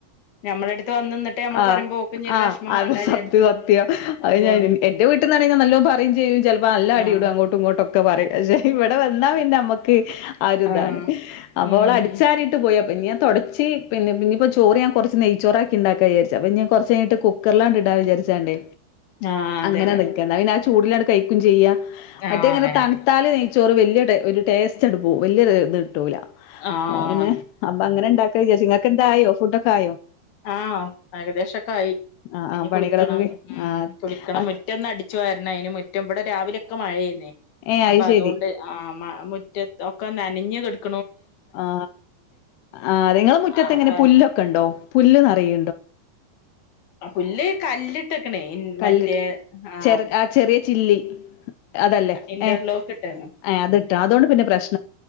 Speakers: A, on the left; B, on the left.
A: ഞമ്മള അടുത്ത് വന്ന് നിന്നിട്ട് നമ്മള്
B: ആ
A: പറയുമ്പോ ഓക്കും ഇനി ഒരു
B: ആ
A: വിഷമം
B: അത്
A: വേണ്ട വിചാരിച്ച്
B: സത്യം വാത്യ അത്
A: അതാണ്
B: ഞ എന്റെ വീട്ട ട്ടി നണേ ഞാൻ പറയും ചെയ്യും ചിലപ്പോ അ നല്ല അടി
A: ആഹ്
B: ഇടും അങ്ങോട്ടും ഇങ്ങോട്ടൊക്കെ പറയും പക്ഷേ ഇവിടെ വന്ന അപ്പോ ഇൻ്റമ്മക്ക് ആ ഒരു ഇതാണ്
A: ആഹ്
B: അപ്പോ
A: ഉം
B: ഓള് അടിച്ചാറിട്ട് പോയപോ പിന്നെ ഞാൻ തൊടച്ചി പിന്നെ പിന്ന ഇപ്പൊ ചോറ് ഞാ കുറച്ച് നെയ്ച്ചോർ ആക്കി ണ്ടാക്കാ വിചാച്ച അപ്പ ഞാ കുറച്ചു കഴിഞ്ഞിട്ട് കുക്കറിലാണ്ട് ഇണ്ടാ വിച്ചരിച്ചാണ്ടേ
A: ആഹ് അതന്നെ
B: അങ്ങനെ
A: അതന്നെ
B: നിക്കന്ന ന്ന പിന്നെ ആ ചൂടിലടു കഴിക്കും ചെയ്യാം മറ്റേ
A: ആഹ്
B: ത് ഇങ്ങനെ
A: അങ്ങനെ
B: തണുത്താല് നെയ്ച്ചോറ് വല്യ ഒരു ടേസ്റ്റ് അങ്ങണ്ട് പോവും വല്യ ഒരു ഇത് കിട്ടൂല
A: ആഹ്
B: അപ്പൊ പിന്നെ അപ്പൊ അങ്ങനെ ഉണ്ടാക്ക വിചാച്ച് നിങ്ങക്ക് എന്തായോ ഫുഡൊക്കെ ആയോ
A: ആ ഏകദേശം ക്കെ ആയി
B: ആഹ് ആഹ്
A: ഇനി
B: പണികളൊക്കെ
A: കുളിക്കണം
B: കഴി
A: ഉം
B: ആഹ്
A: കുളിക്കണം
B: ആഹ്
A: മുറ്റം ഒന്ന്അടിച്ചോരണം അയ് ന് മുറ്റം ഇവിടെ രാവിലെയൊക്കെ മഴേർന്നേയ്
B: ഏഹ്
A: അപ്പൊ
B: അത് ശരി
A: അതൊണ്ട് ആമാ മുറ്റ ഒക്കെ നനഞ്ഞികേട്ക
B: ആ ആ ആ നിങ്ങളെ മുറ്റത്ത്
A: ആ
B: ഇങ്ങനെ
A: അപ്പൊ
B: പുല്ലൊക്കെ ഉണ്ടോ പുല്ല്നാർ <inaudible>
A: പുല്ല് കല്ലിട്ടകണ്ണി
B: കല്ലിട്ട്
A: മറ്റേ ആ
B: ചെറ ചെറിയ ചില്ലി അതല്ലേ
A: ഇന്റർലോക്ക്
B: ഏ
A: ഇട്ടണ്
B: അത്ട്ട അതൊണ്ട് പിന്നെ പ്രശ്